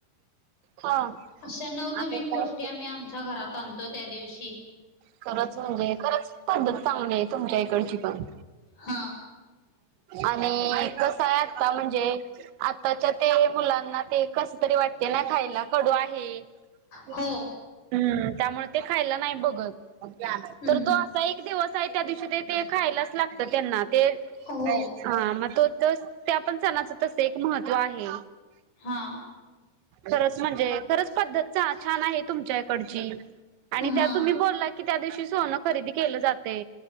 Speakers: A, on the right; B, on the left.
A: हा.
B: अशा नवनवीन
A: आणि
B: गोष्टी
A: काय
B: आम्ही आमच्या घरात आणतो त्या दिवशी.
A: खरंच म्हणजे खरंच पद्धत चांगली तुमच्या इकडची पण.
B: हा
A: आणि कस आहे आता म्हणजे आताच्या ते मुलांना ते कस तरी वाटते ना खायला कडू आहे. <inaudible>
B: हो
A: हम्म त्यामुळे ते खायला नाही बघत,
B: हम्म
A: तर तो एक दिवस आहे त्या दिवशी ते ते खायलाच लागत त्यांना ते
B: हो
A: हा मग तो त्या पण सणाच तस एक महत्त्व आहे.
B: हा.
A: खरंच म्हणजे खरंच पद्धत छान आहे तुमच्या इकडची. आणि
B: हा
A: त्या तुम्ही बोलला की त्या दिवशी सोनं खरेदी केलं जाते